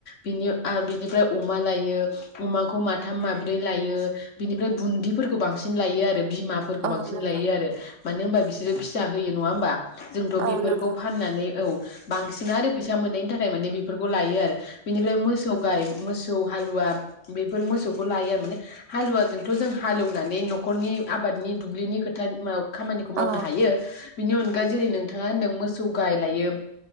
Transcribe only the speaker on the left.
बिनि बिनिफ्राय अमा लायो अमाखौ माथाम माब्रै लायो बिनिफ्राय बुन्दिफोरखौ बांसिन लायो आरो बिमाफोरखौ
बांसिन
लायो आरो मानो होनबा बिसोरो फिसा होयो नङा होनोमबा जोंथ'
बेफोरखौ
फाननानै औ बांसिन आरो फैसा मोननायनि थाखाय माने बेफोरखौ लायो आरो बिनिफ्राय मोसौ
गाय मोसौ मोसौ हालुवा बेफोर मोसौखौ लायो आरो माने हालुवाजोंथ' जों हालएवनानै न'खरनि आबादनि दुब्लिनि फोथारनि खामानिखौ मावनो
हायो बिनि अनगा जेरै नोंथाङा होनदों मोसौ जौगाय लायो